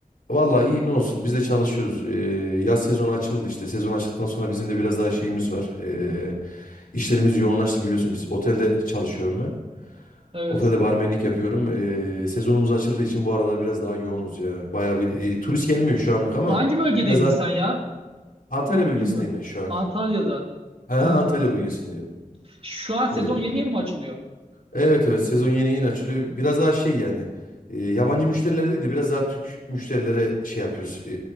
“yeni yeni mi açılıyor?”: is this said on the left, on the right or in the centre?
Right